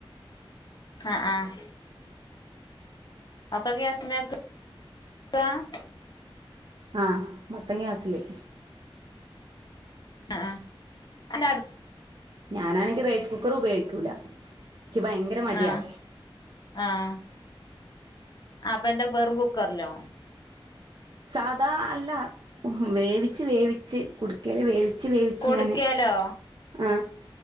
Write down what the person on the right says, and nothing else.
ആഹ് മൊത്തം ഗ്യാസില്
ഞാനാണെങ്കി റൈസ് കുക്കർ ഉപയോഗിക്കൂല എനിക്ക് ഭയങ്കര മടിയാ
സാദാ അല്ല വേവി ച് വേവിച്ച് കുടിക്കല് വേവിച്ച് വേവിച്ചു
ഞാന് ആ